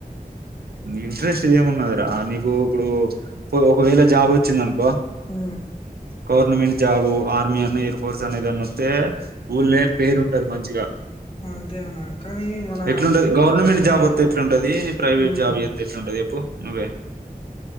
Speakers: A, on the right; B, on the left.
A: ఇంట్రెస్ట్ ఏమున్నదిరా నీకు ఇప్పుడు ఒకవేళ జాబ్ వచ్చింది అనుకో
B: హ
A: గవర్నమెంట్ జాబు ఆర్మీ అన్న ఎయిర్ ఫోర్స్ అన్న ఇది అన్న వస్తే ఊళ్ళే పేరు ఉంటది మంచిగా
B: అంతే అన్న కానీ మన
A: ఎట్లుంటది గవర్నమెంట్ జాబ్ వంది ఎట్ంటది ప్రైవేట్
B: ఉమ్
A: జాబ్ చేతే ఎట్లుంటది చెప్పు నువ్వే